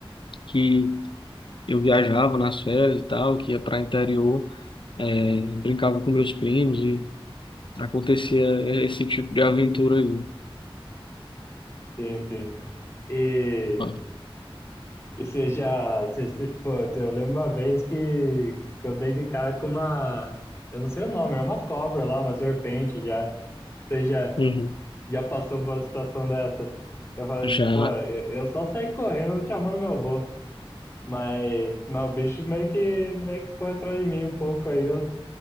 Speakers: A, on the left; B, on the left.
A: que eu viajava nas férias e tal, que ia para interior, eh, brincava com meus primos e acontecia esse tipo de aventura aí.
B: sim, sim. E.
A: Mano.
B: E você já. Você, você- pô, eu lembro uma vez que, que eu dei de cara com uma. Eu não sei o nome, era uma cobra lá, uma serpente já. Você já,
A: Uhum.
B: já passou por uma situação dessa? Eu falando,
A: Já,
B: pô, eu, eu só saí correndo chamando meu avô. Mas, mas o bicho meio que, meio que foi atrás de mim um pouco aí. Eu,